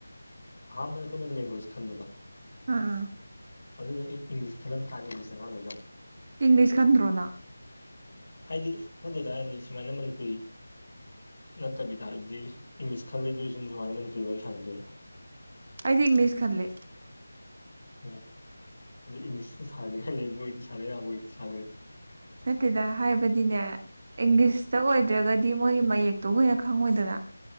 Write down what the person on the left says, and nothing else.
ꯍꯥꯥ ꯃ ꯑꯩꯣꯏꯅ ꯂꯦꯡꯒ꯭ꯋꯦꯖ ꯈꯟꯕꯗꯣ
ꯑꯗꯨꯗ ꯑꯩ ꯏꯪꯂꯤꯁ ꯈꯜꯂꯝ ꯇꯥꯔꯦ ꯏꯪꯂꯤꯁ ꯑꯉꯥꯡ ꯂꯩꯖꯠꯕꯣ
ꯍꯥꯏꯗꯤ ꯃꯣꯏ ꯂꯩꯇꯥꯔꯅꯤ ꯁꯨꯃꯥꯏꯅ ꯃꯅꯤꯄꯨꯔꯤ ꯅꯠꯇꯕꯤꯗ ꯍꯥꯏꯗꯤ ꯏꯪꯂꯤꯁ ꯈꯜꯂꯗꯤ ꯁꯨꯝ ꯁꯨꯉꯥꯏ ꯃꯅꯤꯄꯨ ꯋꯥꯔꯤ ꯋꯥꯔꯤ ꯁꯥꯟꯅꯗꯣꯏꯔꯣ
ꯎ ꯏꯪꯂꯤꯁ ꯁꯅ ꯂꯩꯕꯣꯏꯗꯤ ꯁꯔ ꯌꯥꯕꯣꯏ ꯁ